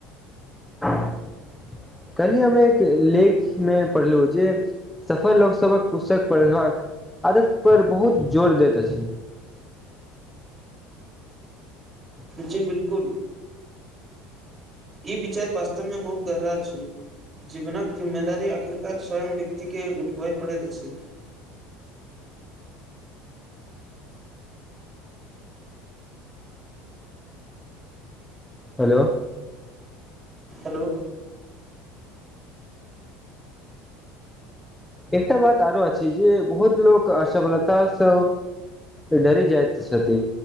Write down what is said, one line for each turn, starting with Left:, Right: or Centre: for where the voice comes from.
Centre: <unintelligible> कली हम एक लेखमे पढ़लहुँ जे सफल लोकसभक पुस्तक पढ़बाक आदत पर बहुत जोर दैत अछि। <unintelligible>
Right: जी बिलकुल, ई बिचार बास्तवमे बहुत गहरा छै। जीवनक जिम्मेदारी आखिरकार स्वयं व्यक्ति के उठबए पड़ैत छै।
Centre: हेलो
Right: हेलो-उं
Centre: एकटा बात आरो अछि जे बहुत लोक असफलतासँ डरी जाइत छथि